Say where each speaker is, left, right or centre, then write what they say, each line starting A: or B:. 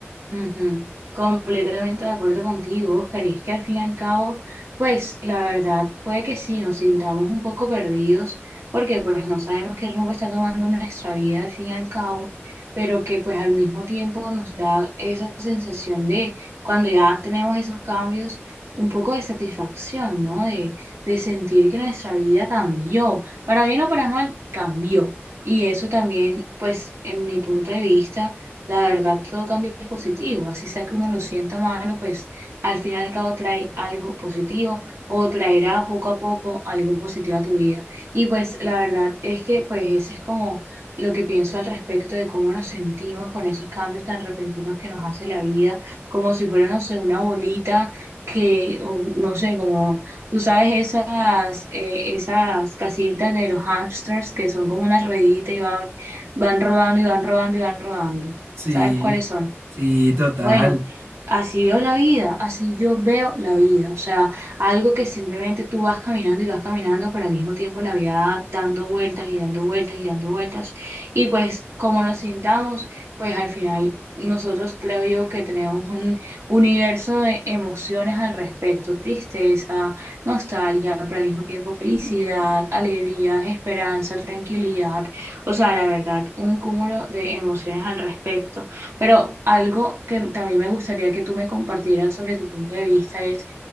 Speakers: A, on the right; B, on the right.
A: Ujú. Completamente de acuerdo contigo, Oscar. Y es que al fin y al cabo, pues la verdad puede que sí nos sintamos un poco perdidos, porque pues no sabemos qué rumbo está tomando nuestra vida al fin y al cabo, pero que pues al mismo tiempo nos da esa sensación de cuando ya tenemos esos cambios, un poco de satisfacción, ¿no? De, de sentir que nuestra vida cambió, para bien o para mal, cambió. Y eso también, pues en mi punto de vista la verdad, todo cambio es positivo, así sea que uno lo sienta malo, pues al final y al cabo trae algo positivo o traerá poco a poco algo positivo a tu vida. Y pues la verdad es que pues ese es como lo que pienso al respecto de cómo nos sentimos con esos cambios tan repentinos que nos hace la vida, como si fuera, no sé, una bolita que, o no sé, como tú sabes esas, eh, esas casitas de los hamsters que son como una ruedita y van, van rodando y van rodando y van rodando.
B: Sí,
A: ¿Sabes cuáles son?
B: sí, total.
A: Bueno, así veo la vida, así yo veo la vida. O sea, algo que simplemente tú vas caminando y vas caminando, pero al mismo tiempo la vida da- dando vueltas y dando vueltas y dando vueltas. Y pues como nos sintamos, pues al final nosotros creo yo que tenemos un universo de emociones al respecto, tristeza, nostalgia, pero al mismo tiempo felicidad, alegría, esperanza, tranquilidad. O sea, la verdad, un cúmulo de emociones al respecto pero algo que también me gustaría que tú me compartieras sobre tu punto de vista es,